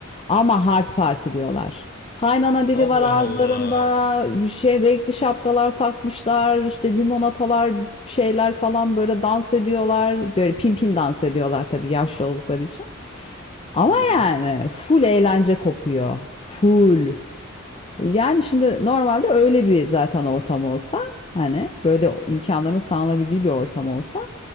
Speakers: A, on the left (about 25°); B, on the left (about 45°).
A: Ama hard partiliyorlar. Kaynana dili
B: Allah
A: var ağızlarında,
B: Allah.
A: bir şey renkli şapkalar takmışlar, işte limonatalar, şeyler falan böyle dans ediyorlar. Böyle pimpin dans ediyorlar tabii yaşlı oldukları için. Ama
B: Hı hı.
A: yani full eğlence kopuyor. Full. Yani şimdi normalde öyle bir zaten ortam olsa hani böyle imkanların sağlanabildiği bir ortam olsa